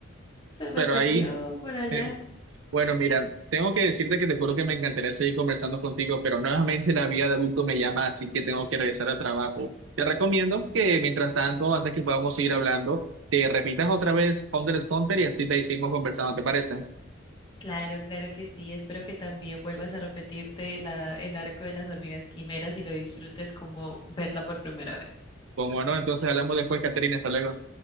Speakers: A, on the left; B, on the right.
A: se me
B: Pero
A: perdió
B: ahí,
A: por allá.
B: eh, Bueno, mira, tengo que decirte que te juro que me encantaría seguir conversando contigo, pero nuevamente la vida de adulto me llama, así que tengo que regresar al trabajo. Te recomiendo que mientras tanto, antes que podamos seguir hablando, te repitas otra vez Hunter x Hunter y así te hicimos conversando, ¿te parece?
A: Claro, claro que sí. Espero que también vuelvas a repetirte la, el arco de las hormigas quimeras y lo disfrutes como verla por primera vez.
B: Como no, entonces hablamos después, Caterina, hasta luego.